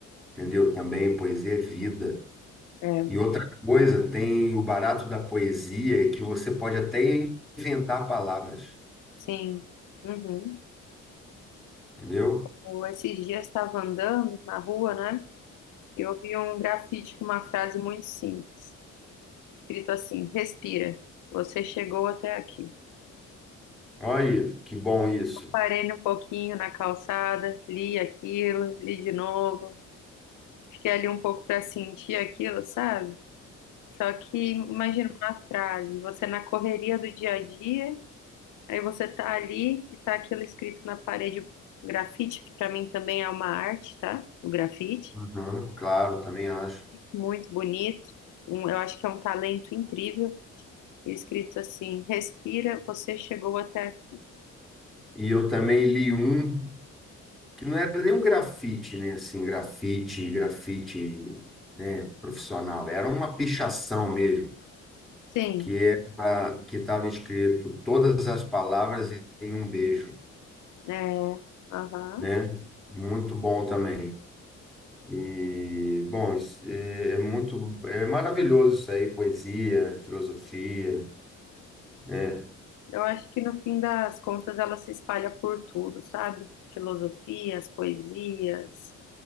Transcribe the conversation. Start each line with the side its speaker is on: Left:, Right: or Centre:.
Centre: entendeu? Também poesia é vida.
Left: É,
Centre: E outra coisa, tem o barato da poesia é que você pode até inventar palavras,
Left: sim. Uhum.
Centre: entendeu?
Left: Eu, esses dias estava andando na rua, né? Eu vi um grafite com uma frase muito simples, escrito assim: Respira, você chegou até aqui.
Centre: Olha, que bom isso.
Left: Parei um pouquinho na calçada, li aquilo, li de novo, fiquei ali um pouco para sentir aquilo, sabe? Só que imagina uma frase, você na correria do dia a dia. Aí você tá ali e tá aquilo escrito na parede, grafite, que pra mim também é uma arte, tá? O grafite,
Centre: Uhum, claro, também acho.
Left: muito bonito. Um, eu acho que é um talento incrível. E Escrito assim: respira, você chegou até aqui.
Centre: E eu também li um que não era nem um grafite, né? Assim, grafite, grafite, né? Profissional. Era uma pichação mesmo.
Left: Sim,
Centre: que era, que estava escrito todas as palavras em um beijo,
Left: é. Aham.
Centre: né? Muito bom também. E, bom, isso é é muito, é maravilhoso isso aí, poesia, filosofia, né?
Left: Eu acho que no fim das contas ela se espalha por tudo, sabe? Filosofias, poesias,